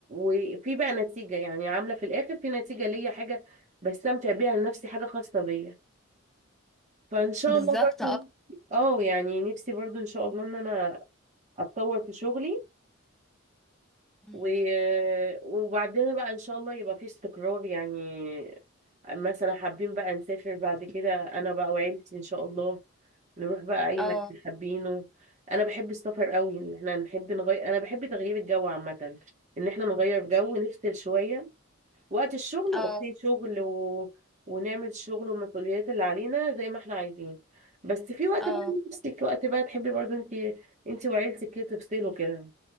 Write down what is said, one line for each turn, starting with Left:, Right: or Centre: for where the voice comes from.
Right: وفي بقى نتيجه يعني عامله في الاخر في نتيجه ليا حاجه بستمتع بيها لنفسي حاجه خاصه بيا فان شاء
Centre: بالظبط
Right: الله برضو
Centre: اه
Right: اه يعني نفسي برضو ان شاء الله ان انا اتطور في شغلي
Centre: مم.
Right: و... وبعدها بقى ان شاء الله يبقى في استقرار يعني مثلا حابين بقى نسافر بعد كده انا بقى وعيلتي ان شاء الله نروح بقى اي
Centre: اه
Right: مكان حابينه انا بحب السفر قوي ان احنا نحب نغير انا بحب تغيير الجو عامة ان احنا نغير جو نفصل شوية وقت الشغل
Centre: اه
Right: اوكي شغل و... ونعمل الشغل والمسؤوليات اللي علينا زي ما احنا عايزين بس في وقت
Centre: اه
Right: بقى نفسك وقت بقى تحبي برضو انت انت وعيلتك كده تفصلوا كده